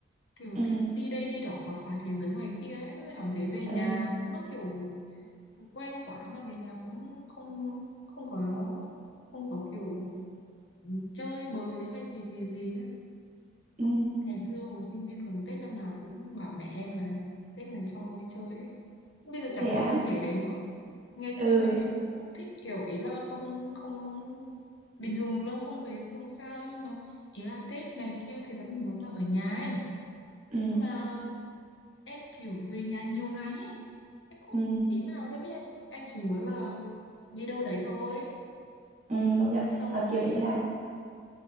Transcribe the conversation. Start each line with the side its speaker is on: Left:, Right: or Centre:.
Left: kiểu
Right: ừ,
Left: thích đi đây đi đó khám phá thế giới ngoài kia ấy Thế cảm thấy về
Right: ừ,
Left: nhà nó kiểu quen quá mà về nhà cũng không không có không có kiểu chơi bời hay gì gì gì ấy. xong
Right: ừ.
Left: ngày xưa hồi sinh viên còn Tết năm nào cũng bảo mẹ em là Tết này cho đi chơi ấy. bây giờ chẳng
Right: thế á
Left: có tâm thế đấy nữa ngày xưa
Right: ừ,
Left: mẹ em cũng không thích kiểu ý là không không bình thường lâu không về thì không sao nhưng mà ý là Tết này kia thì vẫn muốn là ở nhà ấy
Right: ừ,
Left: mà em kiểu về nhà nhiều ngày ấy em không
Right: ừ,
Left: tí nào luôn ý em em chỉ muốn là đi đâu đấy thôi
Right: ừ, công nhận
Left: xong
Right: và
Left: rồi
Right: kiểu như là